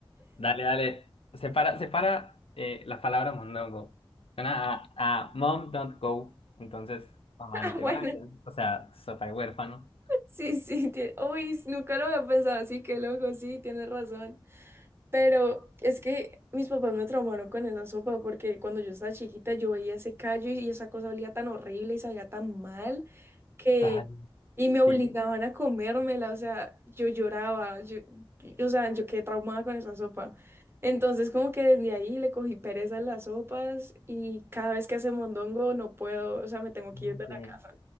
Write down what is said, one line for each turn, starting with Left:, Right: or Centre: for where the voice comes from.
Left: Dale, dale. Separa, separa eh, la palabra mondongo. Suena a, a mom don't go. Entonces, mamá,
Right: Ah,
Left: no te
Right: bueno,
Left: vayas. O sea, sopa de huérfano.
Right: sí, sí, tie- uy, nunca lo había pensado así, qué loco, sí, tienes razón. Pero es que mis papás me traumaron con esa sopa porque cuando yo estaba chiquita yo veía ese callo y, y esa cosa olía tan horrible y sabía tan mal que...
Left: Dale.
Right: Y me obligaban
Left: Sí.
Right: a comérmela, o sea, yo lloraba, yo, yo- o sea, yo quedé traumada con esa sopa. Entonces como que desde ahí le cogí pereza a las sopas y cada vez que hace mondongo no puedo, o sea, me tengo
Left: ujú,
Right: que ir de
Left: sí.
Right: la casa.